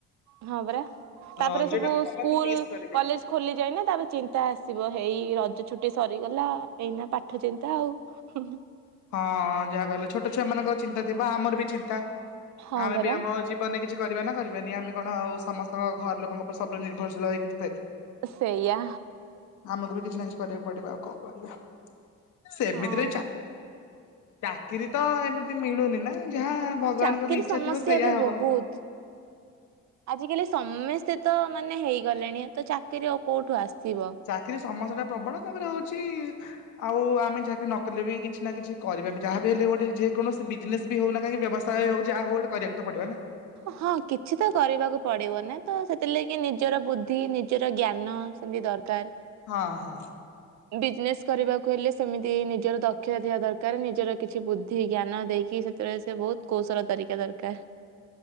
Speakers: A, on the right; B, on the left.
A: ହଁ ପରା ତାପରେ
B: ରଜ
A: ସବୁ
B: ଟାକୁ ସମସ୍ତେ
A: ସ୍କୁଲ୍
B: ମିସ୍ କରିବେ।
A: କଲେଜ୍ ଖୋଲି ଯାଇନା ତାର ଚିନ୍ତା ଆସିବ ହେଇ ରଜ ଛୁଟି ସରିଗଲା ଏଇନା ପାଠ ଚିନ୍ତା ଆଉ। ହୁଁ।
B: ହଁ ଯାହା କହିଲ ଛୋଟ ଛୁଆ ମାନଙ୍କର ଚିନ୍ତା ଥିବ ଆମର ବି ଚିନ୍ତା
A: ହଁ
B: ଆମେ
A: ପରା
B: ବି ଆମ ହେଉଛି ବନେ କିଛି କରିବା ନାଁ କରିବାନି ଆମେ କଣ ଆଉ ସମସ୍ତେ ତା ଘର ଲୋକଙ୍କ ଉପ ସବୁବେଳେ ନିର୍ଭରଶୀଳ ହେଇକିଥିବା କି?
A: ସେଇଆ
B: ଆମକୁ ବି କିଛି ନାଁ କିଛି କରିବାକୁ ପଡିବ ଆଉ କଣ କରିବା ସେମିତିରେ
A: ହଁ
B: ଚା ଚାକିରି ତ ଏମିତି ମିଳୁନି ନାଁ ଯାହା ଭଗବାନଙ୍କର
A: ଚାକିରି
B: ଇଚ୍ଛା
A: ସମସ୍ୟା
B: ଥିବ ସେଇୟା
A: ଏବେ
B: ହବ।
A: ବହୁତ ଆଜିକାଲି ସମସ୍ତେ ତ ମାନେ ହେଇଗଲେଣି ତ ଚାକିରି ଆଉ କୋଉଠୁ ଆସିବ।
B: ଚାକିରି ସମସ୍ୟା ଟା ପ୍ରବଳ ତାପରେ ହଉଚି ଆଉ ଆମେ ଚାକିରି ନ କଲେ ବି କିଛି ନା କିଛି କରିବା ବି ଯାହାବି ହେଲେ ଗୋଟେ ଯେକୌଣସି ବି ଜିନେଶ୍ ବି ହଉ ନାଁ କାହିଁକି ବ୍ୟବସାୟ ହଉ ଯାହା ହଉ ଗୋଟେ କରିବାକୁ ତ ପଡିବ ନାଁ।
A: ହଁ କିଛି ତ କରିବାକୁ ପଡିବ ନା ତ ସେଥିଲାଗି ନିଜର ବୁଦ୍ଧି ନିଜର ଜ୍ଞାନ ସେମିତି ଦର କାର।
B: ହଁ ହଁ।
A: ବିଜନେସ୍ କରିବାକୁ ହେଲେ ସେମିତି ନିଜର ଦକ୍ଷତା ଦେବା ଦରକାର ନିଜର କିଛି ବୁଦ୍ଧି ଜ୍ଞାନ ଦେଇକି ସେ ସେବେଳେ ସେ ବହୁତ୍ କୌଶଳ ତରିକା ଦରକାର।